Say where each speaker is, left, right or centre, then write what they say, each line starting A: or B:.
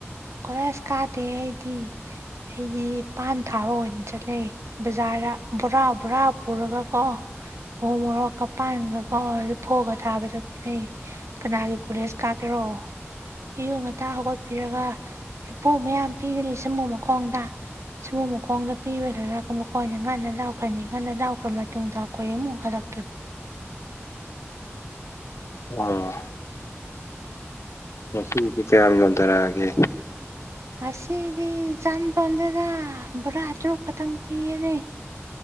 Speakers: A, on the right; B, on the left.
A: ꯀꯣꯂꯦꯖ ꯀꯥꯗꯦ ꯑꯩꯗꯤ ꯑꯩꯗꯤ ꯄꯥꯟ ꯊꯥꯕ ꯑꯣꯏꯅ ꯆꯠꯂꯦ ꯕꯖꯥꯔꯗ ꯕꯣꯔꯥ ꯕꯣꯔꯥ ꯄꯨꯔꯒ ꯀꯣ ꯎ ꯃꯣꯔꯣꯛ ꯀ ꯄꯥꯟꯒ ꯀꯣꯔ ꯐꯣꯒ ꯊꯥꯕ ꯆꯠꯄꯅꯦ ꯀꯅꯥꯒꯤ ꯀꯣꯂꯦꯖ ꯀꯥꯀꯦꯔꯣ ꯑꯌꯨꯛ ꯉꯟꯇꯥ ꯍꯧꯒꯠꯄꯤꯔꯒ ꯂꯄꯨ ꯃꯌꯥꯝ ꯄꯤꯒꯅꯤ ꯁꯃꯨ ꯃꯈꯣꯡꯗ ꯁꯃꯨ ꯃꯈꯣꯡꯗꯄꯤꯔ ꯂꯣꯏꯔꯒ ꯃꯈꯀꯣꯏ ꯉꯟꯅ ꯂꯥꯎꯈ꯭ꯔꯅꯤ ꯉꯟꯅ ꯂꯥꯎꯈ꯭ꯔ ꯃꯇꯨꯡꯗ ꯑꯩꯈꯣꯏ ꯑꯃꯨꯛ ꯍꯜꯂꯛꯇꯣꯏꯕ
B: ꯎꯝ ꯉꯁꯤꯗꯤ ꯀꯌꯥꯝ ꯌꯣꯟꯗꯔꯛꯑꯒꯦ
A: ꯉꯁꯤꯗꯤ ꯖꯥꯝꯄꯟꯗꯦꯗ ꯕꯣꯔꯥ ꯇꯔꯨꯛ ꯈꯇꯪ ꯄꯤꯌꯦꯅꯦ